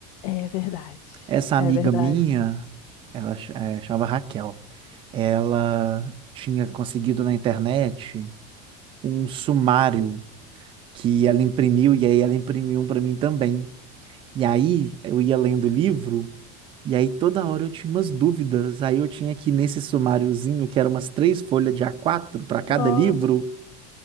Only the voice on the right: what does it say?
Essa amiga
minha, ela ch- eh, chamava Raquel, ela tinha conseguido na internet um sumário que ela imprimiu, e aí ela imprimiu para mim também. E aí eu ia lendo o livro. E aí toda hora eu tinha umas dúvidas. Aí eu tinha que, nesse sumáriozinho, que era umas três folhas de A4 para cada
livro,